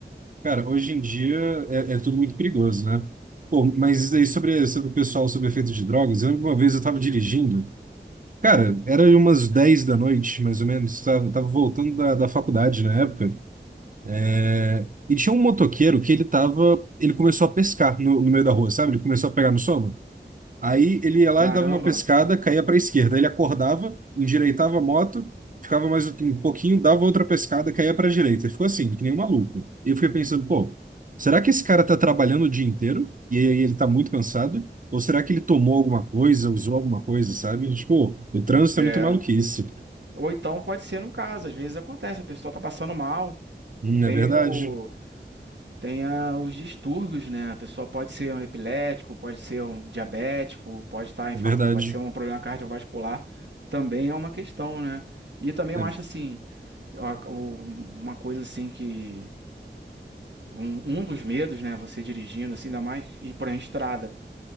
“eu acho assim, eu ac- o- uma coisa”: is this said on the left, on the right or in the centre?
Right